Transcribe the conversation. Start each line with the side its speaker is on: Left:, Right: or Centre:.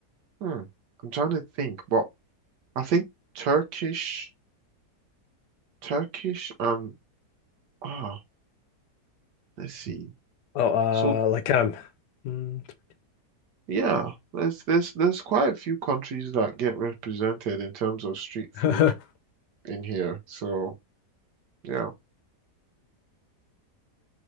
Right: Hmm, I'm trying to think, but I think Turkish, Turkish, and ah, let's see.
Left: oh,
Right: So
Left: uh, like kind of. mm,
Right: yeah, there's there's there's quite a few countries that get represented in terms of street food
Left: <laughs>
Right: in here. So yeah,